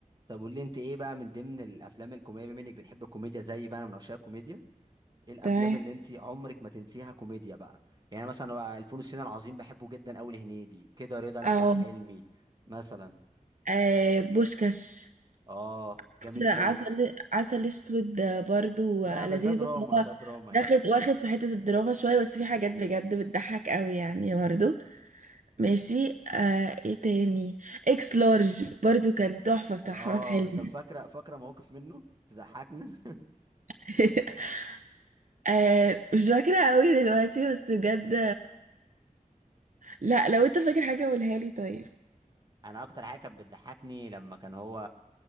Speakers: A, on the right; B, on the right.
A: طب قول لي انت ايه بقى من ضمن الافلام الكوميديا بما انك بتحب الكوميديا زي بقى انا من عشاق الكوميديا ايه الافلام
B: تمام
A: اللي انت عمرك ما تنسيها كوميديا بقى يعني أنا مثلا بقى الفول الصين العظيم بحبه جدا قوي لهنيدي كده رضا لاحمد
B: او
A: حلمي مثلا
B: آه بوشكاش
A: اه
B: بس
A: جامد
B: عسل
A: قوي
B: عسل اسود برضو
A: لا
B: لذيذ
A: بس ده دراما
B: بس هو
A: ده دراما يعني
B: واخد واخد في حتة الدراما شوية بس في حاجات بجد بتضحك قوي يعني برضو ماشي آه ايه تاني اكس لارج برضو كان تحفة بتاع
A: اه
B: احمد حلمي
A: طب فاكره فاكره مواقف منه تضحكنا <laughs>
B: <laughs> آه مش فاكرة قوي دلوقتي بس بجد لا لو انت فاكر حاجة قولها لي طيب <laughs>
A: انا اكتر حاجه كانت بتضحكني لما كان هو